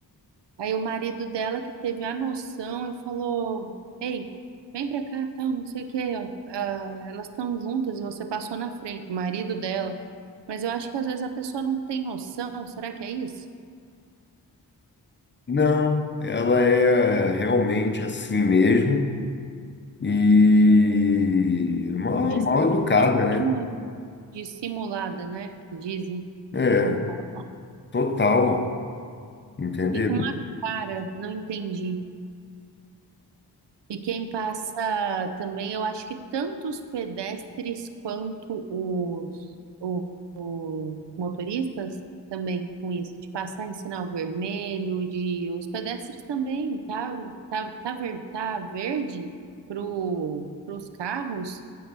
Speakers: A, on the right (about 80°); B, on the left (about 25°).
A: Aí o marido dela que teve a noção e falou: Ei, vem pra cá, tal, não sei o quê, ó. Ah, elas estão juntas e você passou na frente, o marido dela. Mas eu acho que às vezes a pessoa não tem noção, será que é isso?
B: Não, ela é realmente assim mesmo e mal,
A: De,
B: mal educada,
A: de,
B: né?
A: simu- de simulada, né? Que dizem
B: É,
A: no palavra.
B: total, entendeu?
A: Ficou uma cara, não entendi. E quem passa também, eu acho que tanto os pedestres quanto os, o- os motoristas também com isso, de passar em sinal vermelho, de os pedestres também, tá, tá, tá, ver, tá verde pro, pros carros,